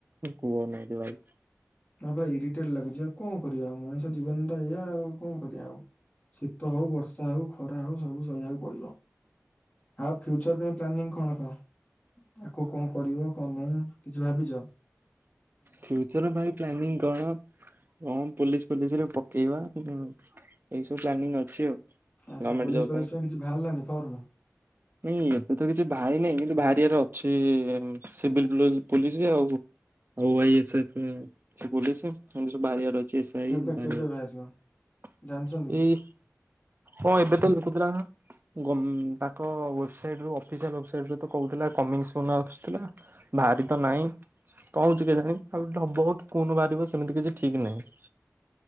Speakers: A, on the right (about 45°); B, on the left (about 30°).
A: କୁହ ନାଇଁରେ ଭାଇ।
B: ହଁ ବା ଇରିଟେଡ୍ ଲାଗୁଛି ଆଉ କଣ କରିଆ ଆଉ ମଣିଷ ଜୀବନ ଟା ଏଇଆ ଆଉ କଣ କରିଆ ଆଉ। ଶୀତ ହଉ ବର୍ଷା ହଉ। ଖରା ହଉ ସବୁ ସହିଆକୁ ପଡିବ ଆଉ ଫ୍ୟୁଚର ପାଇଁ ପ୍ଲାନିଂ କଣ କଣ? ଆଗୁକୁ କଣ କରିବ କଣ ନାଇଁ କିଛି ଭାବିଚ?
A: ଫ୍ୟୁଚର ପାଇଁ ପ୍ଲାନିଂ କଣ? ହଁ ପୋଲିସ ଫୋଲିସ ରେ ପକେଇବା ଉଁ ଏଇ ସବୁ ପ୍ଲାନିଂ ଅଛି ଆଉ।
B: ଆଚ୍ଛା
A: ଗଭର୍ଣମେଣ୍ଟ
B: ପୋଲିସ
A: ଜବ
B: ଫୋଲିସ ପାଇଁ କିଛି ବାହାରାଲାଣି ଫର୍ମ।
A: ନାଇଁ ଏବେ ତ କିଛି ବାହାରି ନେଇଁ କିନ୍ତୁ ବାହାରିିବାର ଅଛି ସିଭିଲ୍ <unintelligible> ପୋଲିସ ଯେ ଆଉ ଓ ଆଇ ଏସ୍ ଏଫ୍ ପୋଲିସ ଏନ୍ତି ସବୁ ବାହାରିଆର ଅ ଚି ଏସ ଆଇ
B: କେବେ
A: ବାହାରିବାର
B: କେବେ ବାହାରିବ ଜାଣିଛନ୍ତି କି?
A: ଏଇ ହଁ ଏବେ ତ ଲୋକ <inaudible> ଗ ତାଙ୍କ ୱେବସାଇଟ ରୁ ଅଫିସିଆଲ ୱେବସାଇଟରେ ତ କହୁଥିଲା କମିଙ୍ଗ ସୁନ୍ ଆସୁଥିଲା। ବାହାରି ତ ନାଇଁ। କଣ ହଉଚି କେଜାଣି ଆଉ ବହୁତ କଉନ ବାହାରିବ ସେମିତି କିଛି ଠିକ୍ ନାଇଁ।